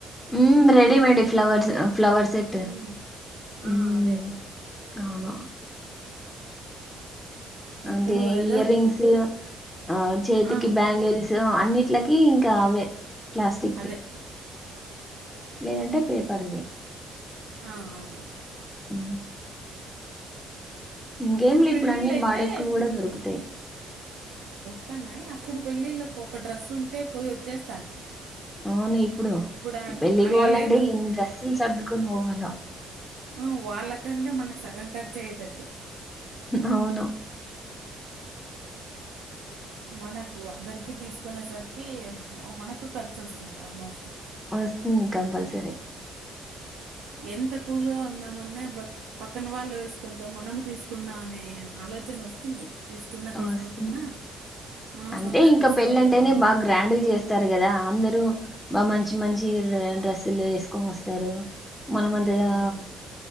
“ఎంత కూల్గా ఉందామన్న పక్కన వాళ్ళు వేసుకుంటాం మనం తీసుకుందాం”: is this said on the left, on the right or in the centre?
Right